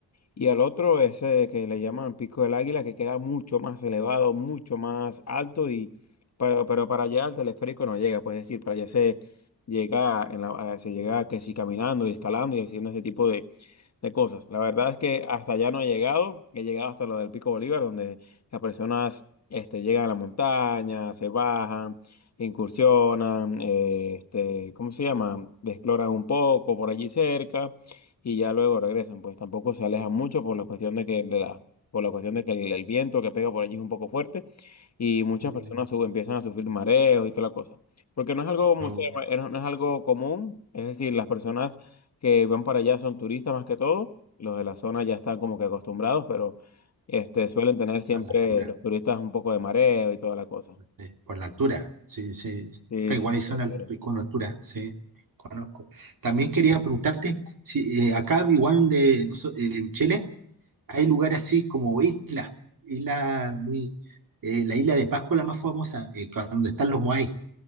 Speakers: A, on the left; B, on the right.
A: Y al otro, ese que le llaman Pico del Águila, que queda mucho más elevado, mucho más alto, y pero, pero para allá el teleférico no llega, pues es decir, para allá se llega, en la, eh, se llega que sí caminando y escalando y haciendo ese tipo de, de cosas. La verdad es que hasta allá no he llegado, he llegado hasta lo del Pico Bolívar, donde las personas este, llegan a la montaña, se bajan, incursionan, eh, este, ¿cómo se llama? Exploran un poco por allí cerca y ya luego regresan, pues tampoco se alejan mucho por la cuestión de que de la por la cuestión de que el, el viento que pega por allí es un poco fuerte y muchas
B: Mm,
A: personas su- empiezan a sufrir mareos y toda la cosa. Porque no es algo como
B: No,
A: se llama, eh, no no es algo común, es decir, las personas que van para allá son turistas más que todo, los de la zona ya están como que acostumbrados, pero este suelen tener siempre
B: a la altura.
A: los turistas un poco de mareo y toda la cosa.
B: Eh, Por la altura, sí, sí. sí.
A: Sí,
B: Acá
A: sí,
B: igual hay zona
A: Arturo.
B: alt- con altura, sí, conozco. También quería preguntarte si eh, acá igual de, noso- eh, en Chile hay lugares así como islas, isla muy, eh, la isla de Pascua la más famosa, eh, con- donde están los Moai.